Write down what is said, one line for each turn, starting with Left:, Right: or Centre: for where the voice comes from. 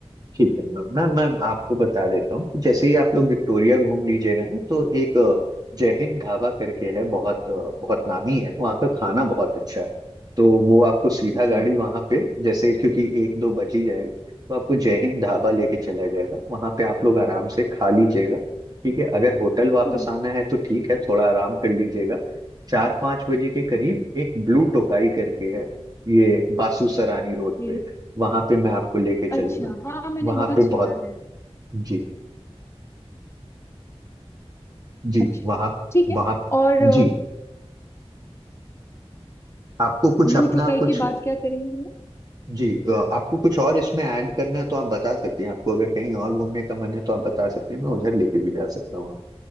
Right: ठीक है मैम मैम मैम आपको बता देता हूँ कि जैसे ही आप लोग विक्टोरिया घूम लीजिएगा ना तो एक अ, जय हिंद ढाबा करके है बहुत अ, बहुत नामी है वहाँ का खाना बहुत अच्छा है तो वो आपको सीधा
Left: जी
Right: गाड़ी वहाँ पे जैसे क्योंकि एक दो बज ही जाएगा तो आपको जय हिंद ढाबा लेके चला जाएगा वहाँ पे आप लोग आराम से खा लीजिएगा ठीक है अगर होटल वापस
Left: जी
Right: आना है तो ठीक है थोड़ा आराम कर लीजिएगा चार पाँच बजे के करीब एक ब्लू टोकाई करके है ये बासु सरानी रोड
Left: जी
Right: पे वहां पे मैं आपको लेके चलूंगा
Left: अच्छा हाँ मैंने
Right: वहां
Left: बहुत
Right: पे
Left: सुना
Right: बहुत
Left: है
Right: जी जी
Left: अच्छा
Right: वहां
Left: ठीक है
Right: वहां
Left: और
Right: जी आपको कुछ
Left: ब्लू
Right: अपना
Left: टोकाई
Right: कुछ
Left: की बात क्या करेंगे हम लोग?
Right: जी अ, आपको कुछ और इसमें ऐड करना है तो आप बता सकते हैं आपको अगर कहीं और घूमने का मन है तो आप बता सकते हैं मैं उधर लेके भी जा सकता हूँ